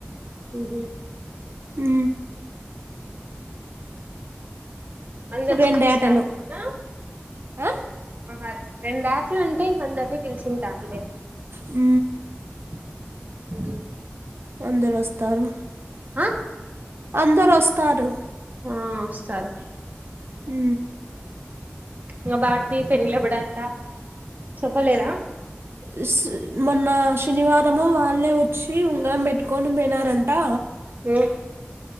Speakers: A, on the right; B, on the right.
A: ఉహు
B: ఊ
A: అందర్ని
B: రెండేటలు
A: బిలిసినారంటానా
B: ఆ
A: మహ రెండట్లు అంటే ఇంక అందరినీ పిలిచింటర్లే
B: ఊ
A: అ
B: అందరు ఒస్తారు
A: ఆ
B: అందరు ఒస్తారు
A: ఆ ఒస్తారు
B: ఊ
A: ఇంగ భారతి పెండ్లెప్పుడంట చెప్పలేదా
B: ఉస్ మొన్న శనివారము వాళ్ళే వచ్చ శీ ఉంగరం బెట్టుకోని పోయినారంటా
A: ఉమ్